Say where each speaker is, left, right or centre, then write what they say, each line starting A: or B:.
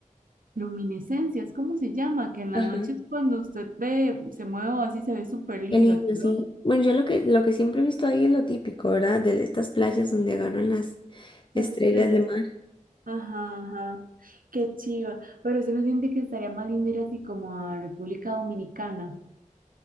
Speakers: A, on the right; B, on the left.
A: Luminiscencia, es como se llama, que en las
B: Ajá,
A: noches cuando usted ve, se mueve o así, se ve súper lindo
B: qué lindo,
A: el color.
B: sí. Bueno, yo lo que, lo que siempre he visto ahí es lo típico, ¿verdad? De estas playas donde agarran las
A: Las
B: estrellas
A: estrellas.
B: de mar
A: Ajá, ajá. Qué chiva. Pero sí no siente que estaría más lindo ir así como a República Dominicana.